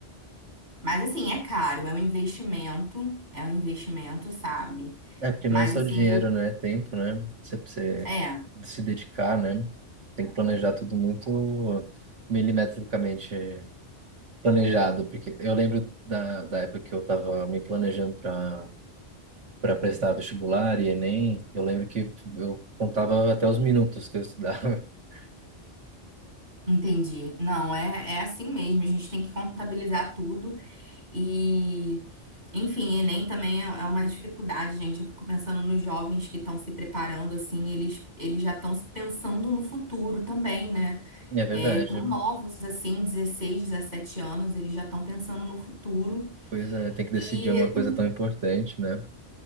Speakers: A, on the right; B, on the right.
A: Mas assim, é caro, é um investimento, é um investimento, sabe?
B: É, porque
A: Mas
B: não é só
A: assim,
B: dinheiro,
A: eu,
B: né? É tempo, né? Você precisa
A: é.
B: se dedicar, né? Tem que planejar tudo muito milimetricamente planejado. Porque eu lembro da, da época que eu estava me planejando para para prestar vestibular e Enem. Eu lembro que eu contava até os minutos que eu estudava. <laughs>
A: Entendi. Não, é, é assim mesmo. A gente tem que contabilizar tudo e, enfim, Enem também é é uma dificuldade, gente. Eu fico pensando nos jovens que estão se preparando, assim, eles, eles já estão pensando no futuro também, né?
B: É verdade.
A: É, tão novos, assim, 16, 17 anos, eles já estão pensando no futuro.
B: Pois é, tem que decidir
A: E
B: uma coisa
A: tem
B: tão importante, né?